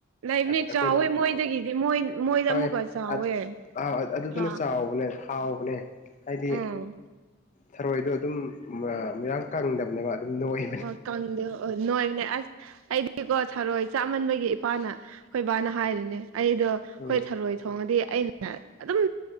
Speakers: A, on the right; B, on the left.
A: ꯂꯩꯕꯅꯦ
B: ꯑꯩꯣꯏ
A: ꯆꯥꯎꯋꯦ
B: ꯂꯧ
A: ꯃꯣꯏꯗꯒꯤꯗꯤ ꯃꯣꯏ ꯃꯣꯏꯗ
B: ꯍ
A: ꯑꯃꯨꯛꯀ ꯆꯥꯎꯋꯦ
B: ꯑ ꯑ <inaudible> ꯑꯗꯨꯗꯨꯅ
A: ꯑꯥ
B: ꯆꯥꯎꯕꯅꯦ ꯍꯥꯎꯕꯅꯦ ꯍꯥꯏꯗꯤ
A: ꯎꯝ
B: ꯊꯥꯔꯣꯏꯗꯣ ꯑꯗꯨꯝ ꯃꯣꯏꯔꯥꯡ ꯀꯪꯗꯕꯅꯦꯕ ꯑꯗꯨꯝ ꯅꯣꯏ
A: ꯑꯣ ꯀꯪꯗꯦ ꯍꯣꯢ ꯅꯣꯏꯕꯅꯦ ꯑꯁ ꯑꯩꯀꯣ ꯊꯔꯣꯏ ꯆꯥꯃꯟꯕꯒꯤ ꯏꯄꯥꯅ ꯑꯩꯈꯣꯏ ꯏꯕꯥꯅ ꯍꯥꯏꯔꯤꯅꯦ ꯑꯩꯗꯣ ꯑꯩꯈꯣꯏ
B: ꯎꯝ
A: ꯊꯔꯣꯏ ꯊꯣꯡꯉꯗꯤ ꯑꯩꯅ ꯑꯗꯨꯝ